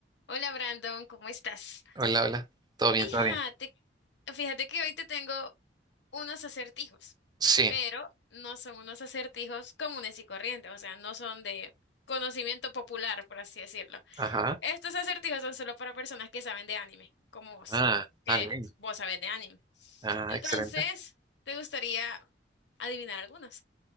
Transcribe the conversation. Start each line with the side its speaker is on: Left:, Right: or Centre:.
Left: Hola Brandon, ¿cómo estás?
Right: Hola, hola. Todo bien,
Left: Fíjate,
Right: todo bien.
Left: fíjate que hoy te tengo unos acertijos,
Right: Sí,
Left: pero no son unos acertijos comunes y corrientes, o sea, no son de conocimiento popular, por así decirlo.
Right: ajá.
Left: Estos acertijos son solo para personas que saben de anime, como vos,
Right: Ah,
Left: que
Right: ah, bien.
Left: vos sabés de anime.
Right: Ah,
Left: Entonces,
Right: excelente.
Left: ¿te gustaría adivinar algunos?